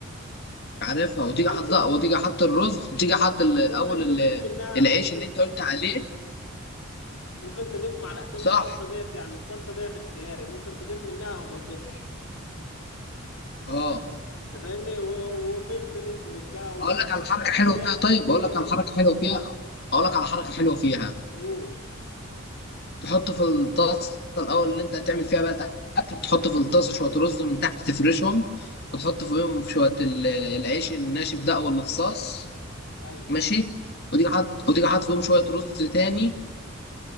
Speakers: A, on the left; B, on the left.
A: عارفها وتيجي
B: ممكن
A: حاطط وتيجي حاط الرز وتيجي حاط ال- اول
B: ممكن تضيف
A: ال-
B: منها
A: العيش
B: ممكن
A: اللي انت قلت عليه
B: ممكن تضيف معلقتين
A: صح
B: من الصلصة ديت يعني الصلصة ديت اختياري ممكن تضيف منها او ما تضيفش
A: اه
B: انت فاهمني و- وفلفل اسود بقى وملح
A: اقول لك على
B: الحاجات
A: حركه حلوه
B: اللي هي
A: فيها
B: الأساسية
A: طيب اقول لك
B: دي
A: على حركه حلوه فيها اقول لك على حركه حلوه فيها
B: قول
A: تحط في الطاسه الاول اللي انت هتعمل فيها بقى الاكل تحط في الطاسه شويه رز من تحت تفرشهم وتحط فوقهم شويه ال- العيش الناشف ده او الخصاص
B: ايوه
A: ماشي وتيجي حاطط وتيجي حاطط فيهم شويه رز تاني